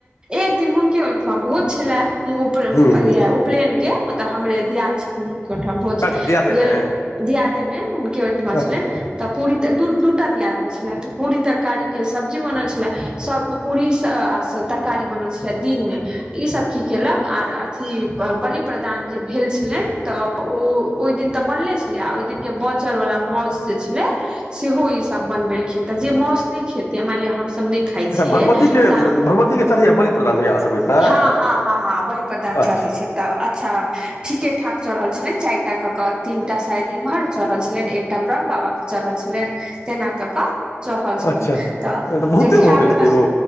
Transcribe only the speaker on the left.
हूँ
हूँ
अच्छा दियादेमे
अच्छा
भगवतीके
भगवतीके चढ़ैया बलि प्रदान होइया अहाँ सब ओहिठिना
अच्छा
अच्छा
बहुते
भऽ गेल हेतै ओ